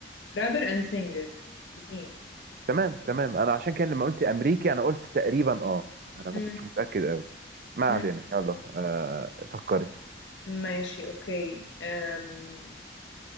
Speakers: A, on the left; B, on the right.
A: رابر اند سينجر الاثنين
B: تمام تمام انا عشان كده لما قلت امريكي انا قلت تقريبا اه انا
A: مم.
B: ما كنتش متاكد قوي ما علينا
A: مم.
B: يلا آه فكري
A: ماشي اوكي أم.